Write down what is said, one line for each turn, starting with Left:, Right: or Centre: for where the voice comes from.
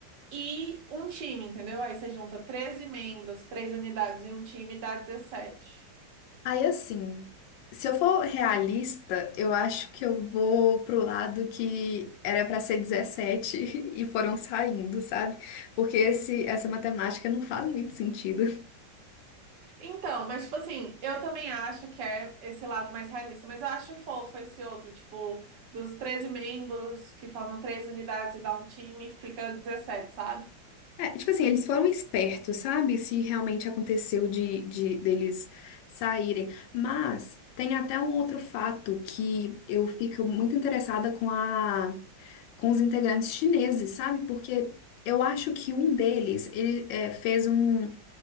Right: e um time, entendeu? Aí você junta 13 membros, três unidades e um time e dá 17.
Left: Aí assim, se eu for realista, eu acho que eu vou pro lado que era pra ser 17 <laughs> e foram saindo, sabe? Porque esse, essa matemática não faz muito sentido.
Right: Então, mas tipo assim, eu também acho que é esse lado mais realista, mas eu acho fofo esse outro, tipo, dos 13 membros que formam três unidades e dá um time, fica 17, sabe?
Left: É, tipo assim, eles foram espertos, sabe? Se realmente aconteceu de, de deles saírem. Mas tem até um outro fato que eu fico muito interessada com a, com os integrantes chineses, sabe? Porque eu acho que um deles ele, é, fez um